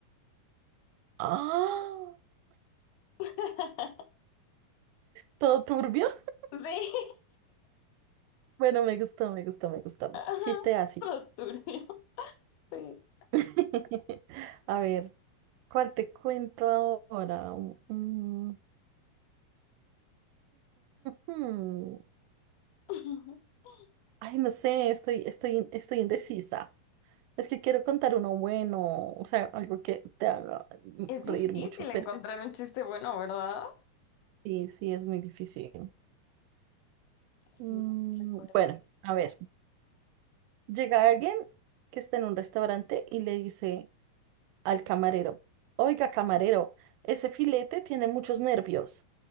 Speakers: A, on the right; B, on the left.
A: ¡Ah!
B: <laughs>
A: ¿Todo turbio? <laughs>
B: Sí.
A: Bueno, me gustó, me gustó, me gustó.
B: Ajá.
A: Chiste así.
B: Lo turbio. Sí.
A: <laughs> A ver, ¿cuál te cuento ahora? Mm, mm, <laughs>
B: <laughs>
A: Ay, no sé, estoy, estoy, estoy indecisa. Es que quiero contar uno bueno, o sea, algo que te haga
B: Es
A: reír
B: difícil
A: mucho, pero
B: encontrar un chiste bueno, ¿verdad?
A: sí, sí, es muy difícil.
B: Sí,
A: Mm,
B: no recuerdo.
A: Bueno, a ver, llega alguien que está en un restaurante y le dice... al camarero, oiga, camarero, ese filete tiene muchos nervios.